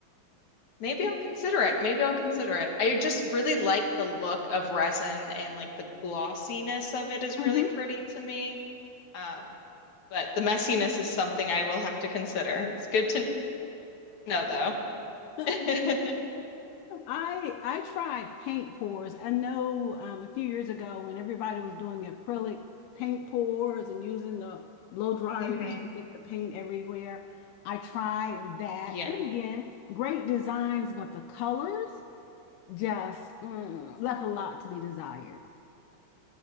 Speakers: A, on the left; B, on the left.
A: Maybe I'll consider it. Maybe I'll consider it. I just really like the look of resin and like the glossiness of it is
B: Mhm.
A: really pretty to me. Um, but the messiness is something I will have to consider. It's good to know though.
B: <laughs>
A: <laughs>
B: I I tried paint pours. I know um, a few years ago when everybody was doing the acrylic paint pours and using the blow dryers
A: hmm
B: to get the paint everywhere. I tried that.
A: Yeah.
B: And again, great designs, but the colors just mm, left a lot to be desired.